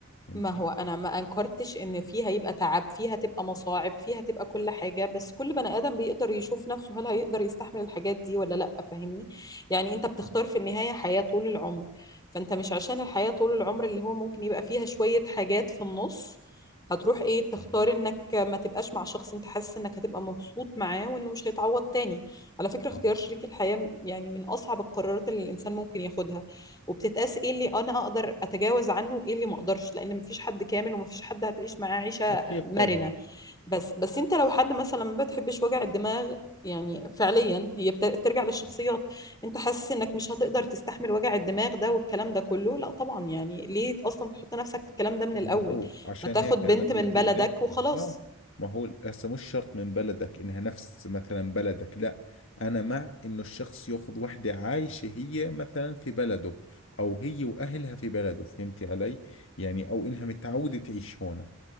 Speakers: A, on the left (about 60°); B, on the left (about 20°).
A: فهمتي؟
B: ما هو انا ما انكرتش ان فيها يبقى تعب فيها تبقى مصاعب فيها تبقى كل حاجه بس كل بني ادم بيقدر يشوف نفسه هل هيقدر يستحمل الحاجات دي ولا لا فاهمني يعني انت بتختار في النهايه حياه طول العمر فانت مش عشان الحياه طول العمر اللي هو ممكن يبقى فيها شويه حاجات في النص هتروح ايه تختار انك ما تبقاش مع شخص انت حاسس انك هتبقى مبسوط معاه وانه مش هيتعوض تاني على فكره اختيار
A: آه،
B: شريك الحياه يعني من اصعب القرارات اللي الانسان ممكن ياخدها وبتتقاس ايه اللي انا اقدر اتجاوز عنه وايه اللي ما اقدرش لان مفيش حد كامل ومفيش حد هتعيش معاه عيشه
A: أكيد
B: مرنه
A: طبعا
B: بس بس انت لو حد مثلا ما بتحبش وجع الدماغ يعني فعليا هي بت- بترجع للشخصيات انت حاسس انك مش هتقدر تستحمل وجع الدماغ ده والكلام ده كله لا طبعا يعني ليه اصلا تحط نفسك في الكلام ده من الاول
A: ما هو عشان
B: ما تاخد
A: هيك أنا
B: بنت
A: قلت
B: من بلدك
A: لك
B: وخلاص
A: آه ما هو هسه مش شرط من بلدك إنها نفس مثلا بلدك لا أنا مع إنه الشخص يأخذ وحدة عايشة هي مثلا في بلده أو هي وأهلها في بلده فهمتي علي؟ يعني أو إنها متعودة تعيش هون